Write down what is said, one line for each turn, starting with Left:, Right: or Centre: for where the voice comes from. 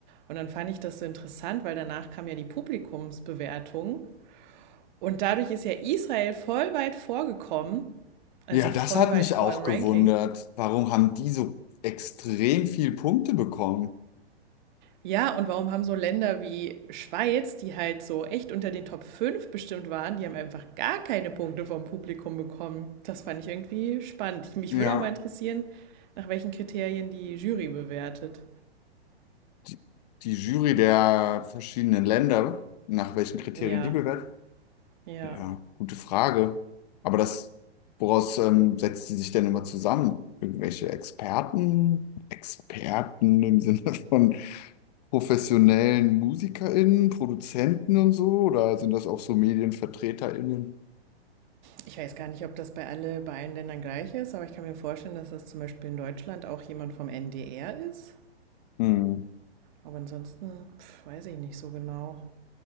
Right: Und dann fand ich das so interessant, weil danach kam ja die Publikumsbewertung und dadurch ist ja Israel voll weit vorgekommen, also
Left: Ja, das
Right: voll
Left: hat
Right: weit
Left: mich
Right: vor
Left: auch
Right: im
Left: gewundert.
Right: Ranking.
Left: Warum haben die so extrem viel Punkte bekommen?
Right: Ja, und warum haben so Länder wie Schweiz, die halt so echt unter den Top 5 bestimmt waren, die haben einfach gar keine Punkte vom Publikum bekommen? Das fand ich irgendwie spannend. Ich, mich
Left: Ja,
Right: würde auch mal interessieren, nach welchen Kriterien die Jury bewertet.
Left: die, die Jury der verschiedenen Länder, nach welchen Kriterien
Right: Ja,
Left: die bewertet
Right: ja.
Left: Ja, gute Frage. Aber das, woraus ähm, setzt sie sich denn immer zusammen? Irgendwelche Experten? Experten im Sinne von professionellen MusikerInnen, Produzenten und so? Oder sind das auch so MedienvertreterInnen?
Right: Ich weiß gar nicht, ob das bei alle, bei allen Ländern gleich ist, aber ich kann mir vorstellen, dass das zum Beispiel in Deutschland auch jemand vom NDR ist.
Left: Hm.
Right: Aber ansonsten, pf, weiß ich nicht so genau.